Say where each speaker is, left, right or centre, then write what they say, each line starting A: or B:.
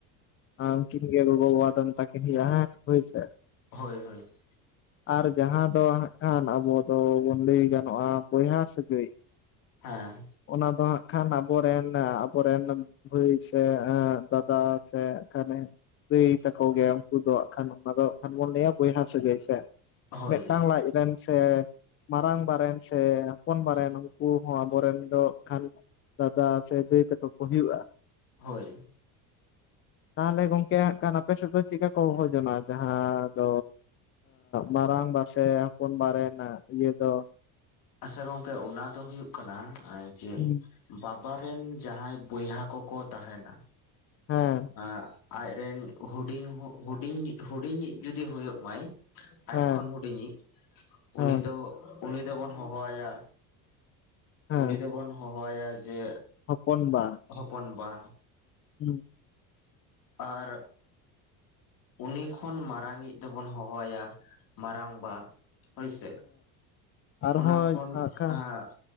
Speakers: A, on the left; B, on the left.
A: ᱦᱟ ᱩᱱᱠᱤᱱ ᱜᱮ ᱜᱚᱜᱚ ᱵᱟᱵᱟ ᱫᱚ ᱢᱮᱛᱟ ᱠᱤᱱ ᱦᱳᱭᱳᱜᱼᱟ ᱦᱮᱸ ᱦᱳᱭ ᱥᱮ ᱾
B: ᱦᱳᱭ ᱦᱳᱭ ᱾
A: ᱟᱨ ᱡᱟᱦᱟᱸ ᱫᱚ ᱦᱟᱸᱜ ᱠᱷᱟᱱ ᱟᱵᱚ ᱫᱚ ᱵᱚᱱ ᱞᱟᱹᱭ ᱜᱟᱱᱚᱜᱼᱟ ᱵᱚᱭᱦᱟ ᱥᱟᱹᱜᱟᱹᱭ ᱾
B: ᱦᱮᱸ ᱾
A: ᱚᱱᱟ ᱫᱚ ᱦᱟᱸᱜ ᱠᱷᱟᱱ ᱟᱵᱚ ᱨᱮᱱ ᱟᱵᱚ ᱨᱮᱱ ᱵᱷᱟᱹᱭ ᱥᱮ ᱮᱸ ᱫᱟᱫᱟ ᱥᱮ ᱦᱟᱜ ᱠᱷᱟᱱᱮ ᱫᱟᱹᱭ ᱛᱟᱠᱚ ᱜᱮ ᱩᱱᱠᱩ ᱫᱚ ᱦᱟᱜ ᱠᱷᱟᱱ ᱚᱱᱟ ᱫᱚ ᱦᱟᱜ ᱠᱷᱟᱱ ᱵᱚᱱ ᱞᱟᱹᱭᱟ ᱵᱚᱭᱦᱟ ᱥᱟᱹᱜᱟᱹᱭ ᱥᱮ ᱾
B: ᱦᱳᱭ
A: ᱢᱮᱫᱴᱟᱝ ᱞᱟᱡ ᱨᱮᱱ ᱥᱮ ᱢᱟᱨᱟᱝᱵᱟ ᱨᱮᱱ ᱥᱮ ᱦᱚᱯᱚᱱᱵᱟ ᱨᱮᱱ ᱩᱱᱠᱩ ᱦᱚᱸ ᱟᱵᱚ ᱨᱮᱱ ᱫᱚ ᱦᱟᱜ ᱠᱷᱟᱱ ᱫᱟᱫᱟ ᱥᱮ ᱫᱟᱹᱭ ᱛᱟᱠᱚ ᱠᱚ ᱦᱩᱭᱩᱜᱼᱟ ᱾
B: ᱦᱳᱭ ᱾
A: <inaudible> ᱛᱟᱦᱚᱞᱮ ᱜᱚᱝᱠᱮ ᱦᱟᱜ ᱠᱷᱟᱱ ᱟᱯᱮ ᱥᱮᱫ ᱫᱚ ᱪᱮᱫ ᱠᱟ ᱠᱚ ᱦᱚᱦᱚ ᱡᱚᱱᱚᱜᱼᱟ? ᱡᱟᱦᱟᱸ ᱫᱚ ᱢᱟᱨᱟᱝ ᱵᱟ ᱥᱮ ᱦᱚᱯᱚᱱ ᱵᱟᱨᱮᱱ ᱤᱭᱟᱹ ᱫᱚᱼᱼ
B: ᱟᱪᱪᱷᱟ ᱜᱚᱝᱠᱮ ᱚᱱᱟ ᱫᱚ ᱦᱩᱭᱩᱜ ᱠᱟᱱᱟ ᱡᱮᱼᱼ
A: ᱦᱮᱸ
B: ᱵᱟᱵᱟᱨᱮᱱ ᱡᱟᱦᱟᱸᱭ ᱵᱚᱭᱦᱟ ᱠᱚᱠᱚ ᱛᱟᱦᱮᱱᱟ
A: ᱦᱮᱸ
B: ᱟ ᱟᱡᱨᱮᱱ ᱦᱩᱰᱤᱧ ᱦᱩᱰᱤᱧ ᱦᱩᱰᱤᱧᱤᱡ ᱡᱩᱫᱤ ᱦᱳᱭᱳᱜ ᱢᱟᱭ ᱟᱡ
A: ᱦᱮᱸ
B: ᱠᱷᱚᱱ ᱦᱩᱰᱤᱧᱤᱡ
A: ᱦᱮᱸ
B: ᱩᱱᱤ ᱫᱚ ᱩᱱᱤ ᱫᱚᱵᱚᱱ ᱦᱚᱦᱚ ᱟᱭᱟ
A: ᱦᱮᱸ
B: ᱩᱱᱤ ᱫᱚᱵᱚᱱ ᱦᱚᱦᱚ ᱟᱭᱟ ᱡᱮ
A: ᱦᱚᱯᱚᱱ ᱵᱟ᱾
B: ᱦᱚᱯᱚᱱ ᱵᱟ᱾
A: ᱦᱩᱸ <inaudible>
B: ᱟᱨᱼᱼ ᱩᱱᱤ ᱠᱷᱚᱱ ᱢᱟᱨᱟᱝ ᱤᱡ ᱫᱚᱵᱚᱱ ᱦᱚᱦᱚ ᱟᱭᱟ ᱢᱟᱨᱟᱝᱵᱟ ᱦᱳᱭᱥᱮ,
A: ᱟᱨᱦᱚᱸ
B: ᱚᱱᱟ ᱠᱷᱚᱱ
A: ᱦᱟᱸᱜ ᱠᱷᱟᱱ
B: ᱦᱮᱸ